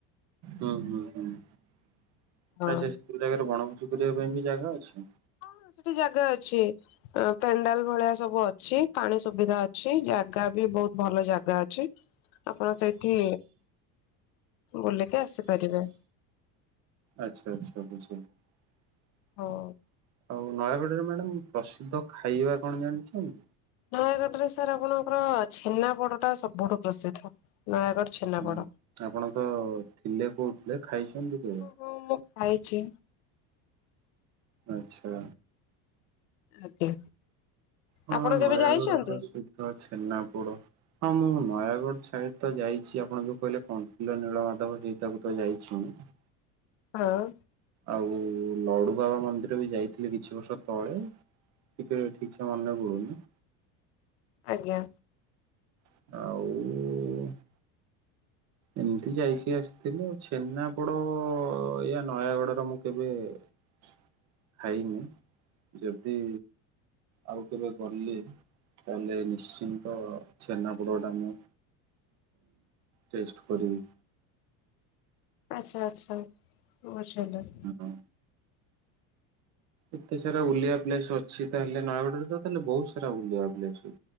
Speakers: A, on the right; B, on the left.
A: ହୁଁ ହୁଁ ହୁଁ ଆଚ୍ଛା
B: ହଁ
A: ଚ୍ଛା କୋଉ ଜାଗାର ବଣଭୋଜି କରିବା ପାଇଁ ବି ଜାଗା ଅଛି?
B: ହଁ ସେଠି ଜାଗା ଅଛି। ଅ ପେଣ୍ଡାଲ ଭଳିଆ ସବୁ ଅଛି ପାଣି ସୁବିଧା ଅଛି ଜାଗା ବି ବହୁତ୍ ଭଲ ଜାଗା ଅଛି। ଆପଣ ସେଇଠି ବୁଲିକି ଆସିପାରିବେ।
A: ଆଚ୍ଛା ଆଚ୍ଛା ବୁଝିଲି
B: ହଉ।
A: ଆଉ ନୟାଗଡ଼ ରେ ମ୍ୟାଡ଼ମ୍ ପ୍ରସିଦ୍ଧ ଖାଇବା କଣ ଜାଣିଚନ୍ତି?
B: ନୟାଗଡ଼ରେ ସାର୍ ଆପଣଙ୍କର ଛେନାପୋଡ଼ ଟା ସବୁଠୁ ପ୍ରସିଦ୍ଧ ନୟାଗଡ଼ ଛେନାପୋଡ।
A: ହୁଁ ଆପଣ ତ ଥିଲେ କହୁଥିଲେ ଖାଇଚନ୍ତି କେବେ?
B: ହଁ ମୁଁ ଖାଇଚି।
A: ଆଚ୍ଛା।
B: ଆଜ୍ଞା।
A: ହଁ
B: ଆପଣ କେବେ
A: ନୟାଗଡ଼
B: ଯାଇଛନ୍ତି
A: ପ୍ରସିଦ୍ଧ ଛେନାପୋଡ଼। ହଁ ମୁଁ ନୟାଗଡ଼ ସାଇଟ୍ ତ ଯାଇଛି ଆପଣ ଯୋଉ କହିଲେ କଣ୍ତିଲ ନୀଳମାଧବ ସେଇଟାକୁ ତ ଯାଇଛି ମୁଁ
B: ହଁ।
A: ଆଉ ଲଡୁ ବାବା ମନ୍ଦିର ବି ଯାଇଥିଲି କିଛି ବର୍ଷ ତଳେ। ଟିକେ ଠିକ୍ ସେ ମନେ ପଡୁ଼ନି।
B: ଆଜ୍ଞା।
A: ଆଉ ଏମିତି ଯାଇକି ଆସିଥିଲି ଛେନାପୋଡ଼ ଏଇଆ ନୟାଗଡ଼ର ମୁଁ କେବେ ଖାଇନି ଯଦି ଆଉ କେବେ ଗଲି ତାହେଲେ ନିଶ୍ଚିନ୍ତ ଛେନାପୋଡ଼ଟା ମୁଁ ଟେଷ୍ଟ କରିବି।
B: ଆଚ୍ଛା ଆଚ୍ଛା ବୁଝିଲି।
A: ହଁ ହଁ। ଏତେ ସାରା ବୁଲିବା ପ୍ଲେସ୍ ଅଛି ତାହେଲେ ନୟାଗଡ଼ରେ ତ ତାହେଲେ ବହୁତ୍ ସାରା ବୁଲିବା ପ୍ଲେସ ଅଛି।